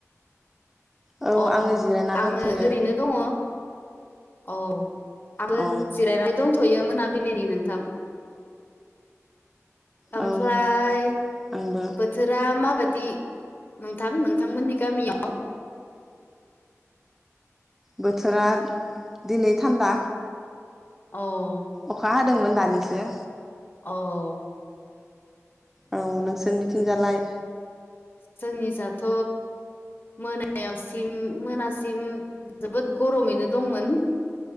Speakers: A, in the centre; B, on the left.
A: औ
B: अ'
A: आङो जिरायना
B: आङो
A: दंथ'यो
B: ओरैनो दङ। औ आबो
A: औ
B: जिरायनानै दंथ'यो‌ मोनाबिलिनि नोंथां। ओमफ्राय
A: औ आंबो
B: बोथोरा माबा दि नोंथां नोंथांमोननि गामियाव?
A: बोथोरा दिनै थान्दा।
B: अ'।
A: अ'खा हादोंमोन दानिसो।
B: अ'।
A: औ नोंसोरनि थिंजालाय?
B: जोंनि जाथ' मोनायावसिम मोनासिम जोबोद गरमैनो दंमोन।